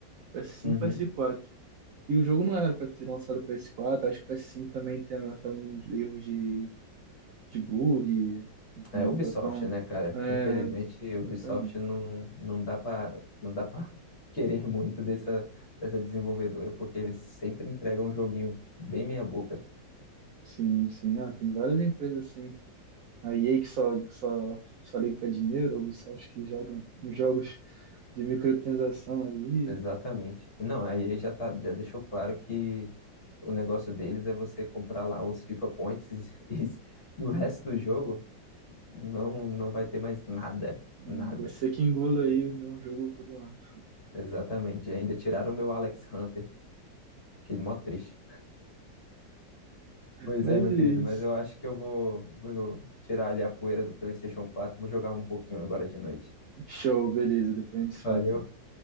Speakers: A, on the right; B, on the left.
A: PS5,
B: Uhum.
A: ps quatro E o jogo não era pra ter lançado pro PS4, acho que o PS5 também tem até alguns erros de, de bug, então
B: É Ubisoft,
A: não tá tão.
B: né, cara?
A: É,
B: Infelizmente,
A: exatamente.
B: Ubisoft não, não dá pra não dá para <laughs> querer muito dessa, dessa desenvolvedora, porque eles sempre entregam um joguinho bem meia boca.
A: Sim, sim. Ah, tem várias empresas assim. A EA que só, só, só liga pra dinheiro, a Ubisoft que jogam uns jogos de microtransação ali.
B: Exatamente. Não, a EA já tá, já deixou claro que o negócio deles é você comprar lá os FIFA Points <laughs> e, e o resto
A: Hum,
B: do jogo não não vai ter mais nada,
A: hum,
B: nada.
A: Você que engula aí o meu jogo todo ano.
B: Exatamente. E ainda tiraram o meu Alex Hunter, que é mó triste. Pois
A: Mas
B: é, meu
A: é
B: querido,
A: isso.
B: mas eu acho que eu vou, vou tirar ali a poeira do PlayStation 4 e vou jogar um pouquinho agora de noite.
A: Show, beleza. Depois a gente se fala
B: Valeu?
A: então.